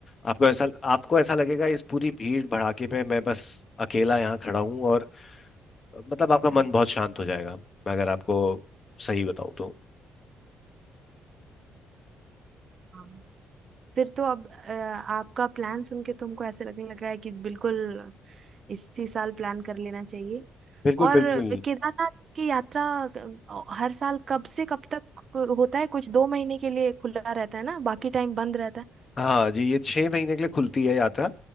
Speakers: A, on the left (about 35°); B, on the right (about 45°).
A: आपको ऐसा आपको ऐसा लगेगा इस पूरी भीड़ भड़ाके पे मैं बस अकेला यहाँ खड़ा हूँ और मतलब आपका
B: अच्छा
A: मन बहुत शांत हो जाएगा मैं अगर आपको सही बताऊँ तो
B: हाँ फिर तो अब अ, आपका प्लान सुन के तुमको ऐसे लगने लगा है कि बिल्कुल इसी साल प्लान कर लेना चाहिए
A: बिल्कुल
B: और
A: बिल्कुल
B: केदारनाथ की यात्रा अ, हर साल कब से कब तक होता है कुछ दो महीने के लिए खुला रहता है ना बाकी टाइम बंद रहता है
A: हाँ जी ये छः महीने के लिए खुलती है यात्रा